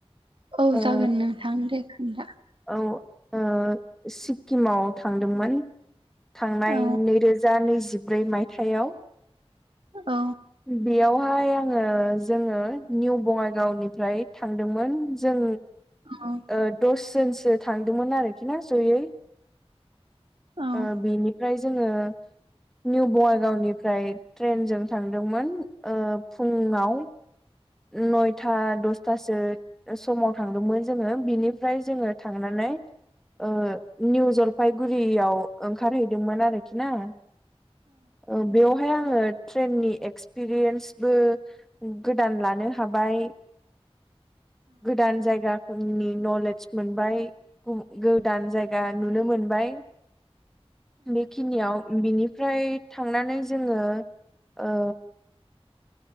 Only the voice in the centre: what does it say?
ओ
औ ओ सिक्किमाव थांदोंमोन। थांनाय
नैरोजा नैजिब्रै मायथाइयाव।
बेयावहाय आङो जोङो निउ बङाइगावनिफ्राय थांदोंमोन जों
ओ दसजोनसो थांदोंमोन आरोखि ना जयै।
ओ बिनिफ्राय जोङो निउ बङाइगावनिफ्राय ट्रेनजों थांदोंमोन ओ फुङाव। नयथा दसथासो समाव थांदोंमोन जोङो बिनि ओमफ्राय जोङो थांनानै ओ निउ जलफायगुरियाव ओंखारहैदोंमोन आरोखि ना। ओ बेवहाय आङो ट्रेननि एक्सपिरियेन्सबो गोदान लानो हाबाय गोदान जायगा नि नलेज मोनबाय गोदान जायगा नुनो मोनबाय। बेखिनियाव बिनिफ्राय थांनानै जोङो ओ